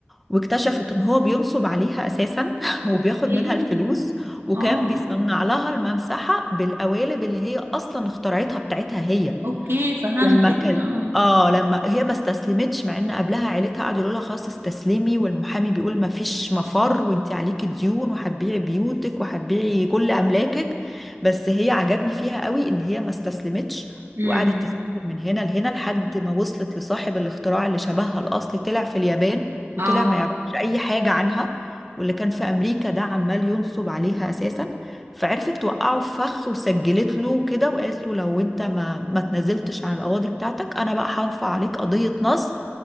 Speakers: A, in the centre; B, on the right.
A: واكتشفت ان هو بينصب عليها اساسا <laughs> وبياخد
B: اوكي
A: منها الفلوس وكان
B: اه
A: بيصنع لها الممسحة بالقوالب اللي هي اصلا اخترعتها بتاعتها هي
B: اوكي فهمتك
A: لما كان
B: اه
A: اه لما هي ما استسلمتش مع ان قبلها عيلتها قعدوا يقولوا لها خلاص استسلمي والمحامي بيقول ما فيش مفر وانت عليكي ديون وهتبيعي بيوتك وهتبيعي كل املاكك بس هي عجبني فيها قوي ان هي ما استسلمتش
B: امم
A: وقعدت تسافر من هنا لهنا لحد ما وصلت لصاحب الاختراع اللي شبهها الاصلي طلع في اليابان وطلع
B: اه
A: ما يعرفش اي حاجة عنها واللي كان في امريكا ده عمال ينصب عليها اساسا فعرفت توقعه في فخ وسجلت له كده وقالت له لو انت ما ما تنازلتش عن القواضي بتاعتك انا بقى هنفع عليك قضية نصب